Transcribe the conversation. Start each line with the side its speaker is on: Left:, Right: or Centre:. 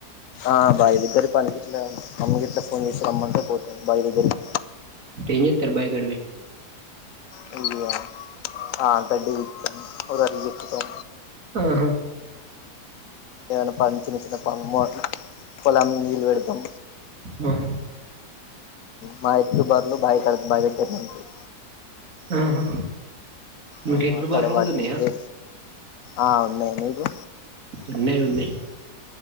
Left: ఆ బాయి దగ్గర పని గిట్ల అమ్మి ఇట్ల ఫోన్ చేసి రమ్మంటే పోతా బాయి దగ్గరికి
Right: ఎంచెత్తరు బాయ్ కాడిబి
Left: హుహా ఆ గడ్డి వి ఒరాటికి జెక్కుతాం.
Right: ఆహా
Left: ఏదైనా పన్ చిన్న చిన్న మోట్ల్ పొలం వెడతం.
Right: హహా
Left: మా ఎడ్లు బర్లు బాయకడ బా దగ్గర్నెంటాయ్.
Right: ఆహా మీకు
Left: ఆ
Right: ఎడ్లు
Left: అక్కడ
Right: బార్లు
Left: వాటి
Right: కూడా ఉన్నాయా
Left: దె, ఆ ఉన్నాయి మీకు
Right: ఉన్నయ్ ఉన్నయ్.